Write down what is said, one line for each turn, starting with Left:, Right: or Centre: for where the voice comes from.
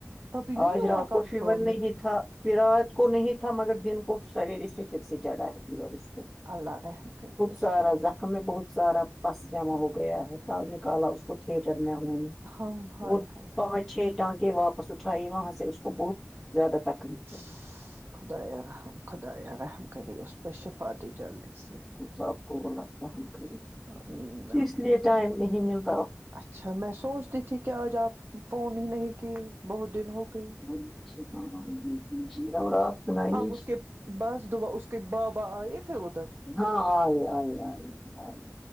Right: ابھی
Centre: آج
Right: نہیں ہوا
Centre: رات
Right: کنٹرول
Centre: کو فیور نئی
Right: میں
Centre: دیکھا پیرات کو نہیں تھا مگر دن کو سویر ے سے پھر سے چڑھا ہے پ
Right: اللہ رحم کرے اس
Centre: سارا
Right: پر
Centre: زخم میں بہت سارا پس جمع ہو گیا ہے کال نکالا اس کو تٹر میں ہم نے
Right: ہم ہائے
Centre: وہ
Right: ہائے ہائے
Centre: پانچ چھ ٹانکے واپس اٹھائے وہاں سے اس کو بہت زیادہ تکلیف ہو
Right: چس خدیا رحم خدایا رحم کرے اس پر شفا دی جلدی سے
Centre: س آب کو غلت فاہم کری
Right: آمین
Centre: اس
Right: آمین
Centre: لیے ٹائم نہیں ملتا
Right: اچھا میں سوچتی تھی کہ آج آپ فون ہی نہیں کیے بہت دن ہو گئی
Centre: ہاں خشیر اور اپ سنائیے
Right: اب اس کے بس دو با اس کے بابا آئے پھر ادھر
Centre: ہاں آ آ آئی آئی ائی